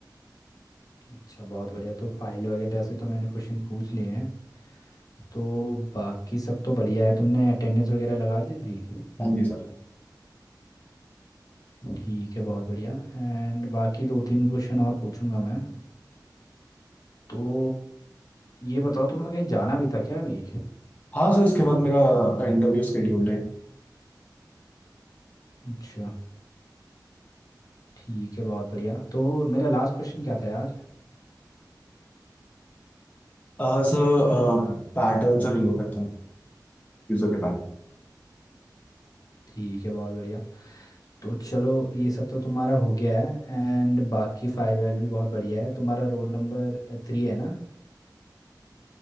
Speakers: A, on the left; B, on the left.
A: अच्छा बहुत बढ़िया तो फाइल वगैरह से तो मैंने क्वेश्चन पूछ लिए हैं तो बाकी सब तो बढ़िया है तुमने अटेंडेंस वगैरह लगा दी थी
B: हाँ जी सर
A: ठीक है बहुत बढ़िया एंड बाकी दो तीन क्वेश्चन और पूछूंगा मैं तो ये बताओ तुम्हें कहीं जाना भी था क्या अभी
B: हाँ सर इसके बाद मेरा इंटरव्यू स्केड्यूल्ड है
A: अच्छा ठीक है बहुत बढ़िया तो मेरा लास्ट क्वेश्चन क्या था यार
B: अ, सर पैटर्न सर रिव्यू करता हूँ यूजर के pattern
A: ठीक है बहुत बढ़िया तो चलो ये सब तो तुम्हारा हो गया है एंड बाकी फायर वायर भी बहुत बढ़िया है तुम्हारा रोल नंबर थ्री है ना